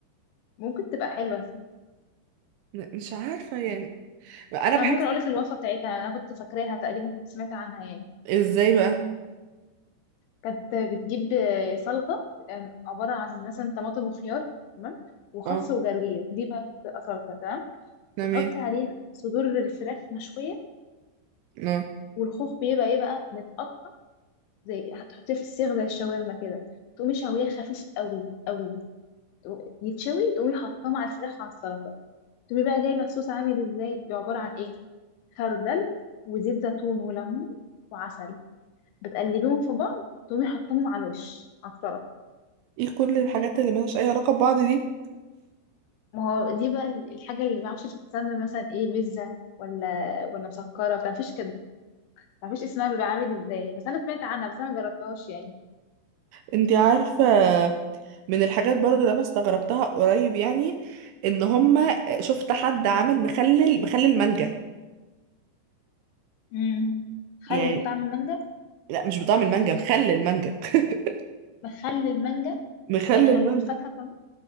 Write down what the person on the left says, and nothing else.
ممكن تبقى حلوه
انا
ممكن اقول لك الوصفه بتاعتها انا كنت فاكراها تقريبا كنت سمعت عنها يعني
كانت بتجيب آه، سلطه آم، عباره عن مثلا طماطم وخيار تمام وخس
وجرجير دي بقى بتبقى سلطه تمام
بتحطي عليها صدور الفراخ مشويه
والخوخ بيبقى ايه بقى متقطع زي هتحطيه في السيخ زي الشاورما كده تقومي شويه خفيف قوي قوي تقو- يتشوي تقومي حاطاه مع الفراخ على السلطه تقومي بقى جايبه الصوص عامل ازاي بيبقى عباره عن ايه خردل وزيت زيتون وليمون وعسل بتقلبيهم في بعض تقومي حاطاهم على الوش على الطرف
ما هو دي بقى الحاجة اللي ما اعرفش بتتسمى مثلا ايه بيتزا ولا ولا مسكرة ما تعرفيش كده ما تعرفيش اسمها بيبقى عامل ازاي بس انا سمعت عنها بس انا ما جربتهاش يعني
امم خل
بطعم المانجا
بخلي المانجا
بيخلوه
الفاكهة كمان